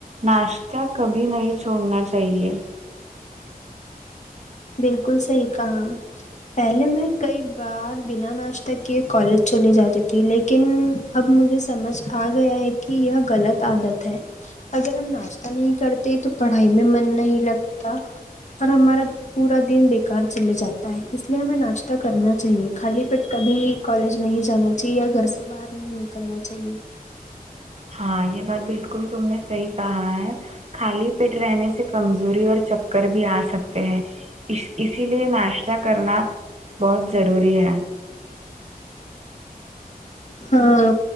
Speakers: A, on the right; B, on the left.
A: ناشتہ کبھی نہیں چھوڑنا چاہیے
B: بالکل صحیح کہا پہلے میں کئی بار بنا ناشتہ کیے کالج چلے جاتی تھی لیکن اب مجھے سمجھ آ گیا ہے کہ یہ غلط عادت ہے اگر ہم ناشتہ نہیں کرتے تو پڑھائی میں من نہیں لگتا اور ہمارا پورا دن بےکار چلے جاتا ہے اس لیے ہمیں ناشتہ کرنا چاہیے خالی پیٹ کبھی کالج نہیں جانا چاہیے گھر سے باہر نہیں نکلنا چاہیے
A: ہاں یہ بات بالکل تم نے صحیح کہا ہے خالی پیٹ رہنے سے کمزوری اور چکر بھی آ سکتے ہیں اسی لیے ناش تا کرنا بہت ضروری ہے
B: ہاں